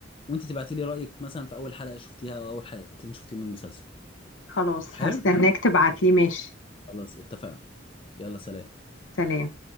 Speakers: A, on the left; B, on the left.
A: وانت تبعتي لي رأيك مثلا في اول حلقة شفتيها او اول حلقتين شفتيهم من المسلسل
B: خلاص
A: حلو
B: هستناك تبعت لي ماشي
A: خلاص اتفقنا يلا سلام
B: سلام